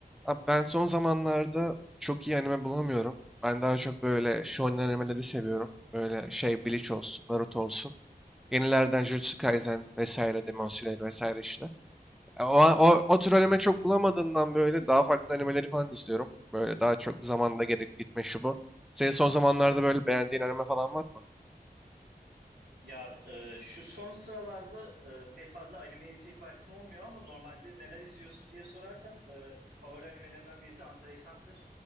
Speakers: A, in the centre; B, on the right.
A: Abi ben son zamanlarda çok iyi anime bulamıyorum. Ben daha çok böyle shonen animeleri seviyorum. Böyle şey Bleach olsun, Naruto olsun. Yenilerden Jujutsu Kaisen vesaire, Demon Slayer vesaire işte. E, O, o, o tür anime çok bulamadığımdan böyle daha farklı animeleri falan izliyorum. Böyle daha çok zamanda gerek gitme şu bu. Senin son zamanlarda böyle beğendiğin anime falan var mı?
B: Ya e, şu son sıralarda e, pek fazla anime izleyecek vaktim olmuyor ama normalde neler izliyorsun diye sorarsan e, favori animelerimden birisi Hunter x Hunter.